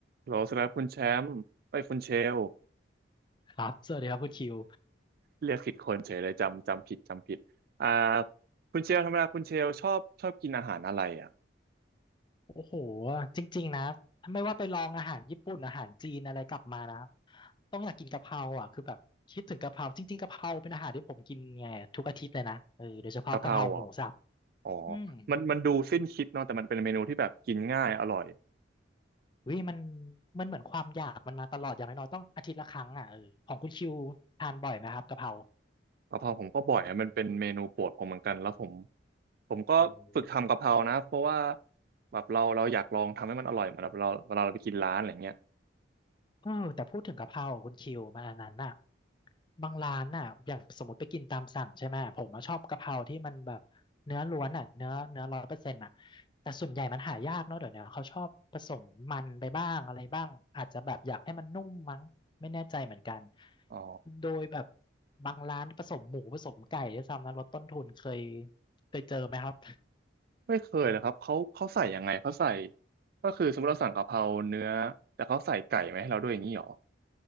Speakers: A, on the right (about 50°); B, on the left (about 25°).
A: โหลสำหรับคุณแชมป์ไปคุณเชล
B: ครับสวัสดีครับคุณคิว
A: เรียกผิดคนเฉยเลยจำจำผิดจำผิดอ่าคุณเชลธรรมดาคุณเชลชอบชอบกินอาหารอะไรอ่ะ
B: โอ้โหจริงๆนะถ้าไม่ว่าไปลองอาหารญี่ปุ่นอาหารจีนอะไรกลับมานะต้องอยากกินกะเพราอ่ะคือแบบคิดถึงกะเพราจริงๆกะเพราเป็นอาหารที่ผมกินไงทุกอาทิตย์เลยนะเออโดยเฉพาะกะเพราหมูสับ
A: กะเพราเหรออ๋อ
B: อืม
A: มันมันดูสิ้นคิดเนาะแต่มันเป็นเมนูที่แบบกินง่ายอร่อย
B: วิมันมันเหมือนความอยากมันมาตลอดอย่างน้อยๆต้องอาทิตย์ละครั้งอ่ะเออของคุณคิวทานบ่อยไหมครับกะเพรา
A: กะเพราผมก็บ่อยอะมันเป็นเมนูโปรดผมเหมือนกันแล้วผมผมก็ฝึกทำกะเพรานะเพราะว่า
B: เออ
A: แบบเราเราอยากลองทำให้มันอร่อยเหมือนแบบเราเวลาเราไปกินร้านอะไรเงี้ย
B: เออแต่พูดถึงกะเพราคุณคิวมันอันนั้นน่ะบางร้านน่ะอย่างสมมติไปกินตามสั่งใช่ไหมผมอะชอบกะเพราที่มันแบบเนื้อล้วนอ่ะเนื้อเนื้อร้อยเปอร์เซ็นต์อ่ะแต่ส่วนใหญ่มันหายากเนาะเดี๋ยวเนี้ยเขาชอบผสมมันไปบ้างอะไรบ้างอาจจะแบบอยากให้มันนุ่มมั้งไม่แน่ใจเหมือนกัน
A: อ๋อ
B: โดยแบบบางร้านผสมหมูผสมไก่ด้วยซ้ำนะลดต้นทุนเคยเคยเจอไหมครับ
A: ไม่เคยเลยครับเขาเขาใส่ยังไงเขาใส่ก็คือสมมติเราสั่งกะเพราเนื้อแต่เขาใส่ไก่มาให้เราด้วยอย่างนี้หรอ